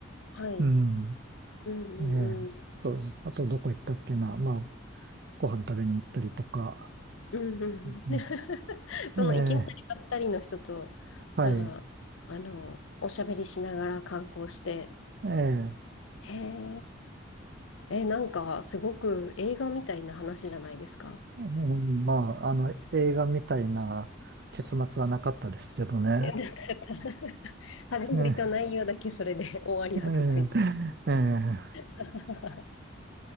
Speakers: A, on the left; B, on the right.
A: はい。
B: うん。
A: うんうんうん。
B: ええと、あとどこ行ったっていうのは、まあ、ご飯食べに行ったりとか、
A: うんうんうん
B: う
A: <laughs> その行き当たりばったりの人と、
B: んええはい。
A: じゃあ、あの、おしゃべりしながら観光して、
B: ええ
A: へえ、え、なんかすごく映画みたいな話じゃないですか。
B: うんまあ、あの、映画みたいな結末はなかったですけどね。
A: え、なんか <laughs> 始まりと内容だけそれで終わりは特に。
B: ええ、ええ、ええ、
A: <laughs>